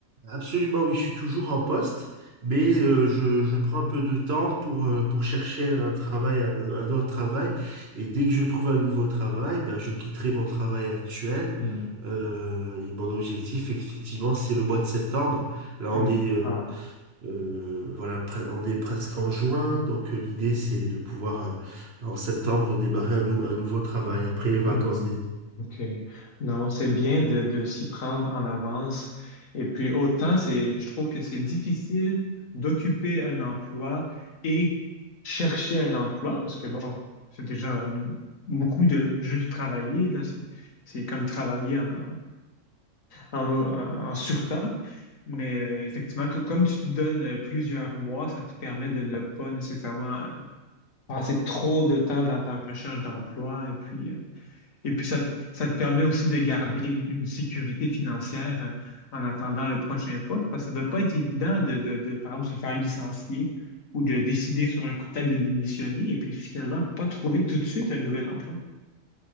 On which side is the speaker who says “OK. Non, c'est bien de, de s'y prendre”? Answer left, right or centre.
Left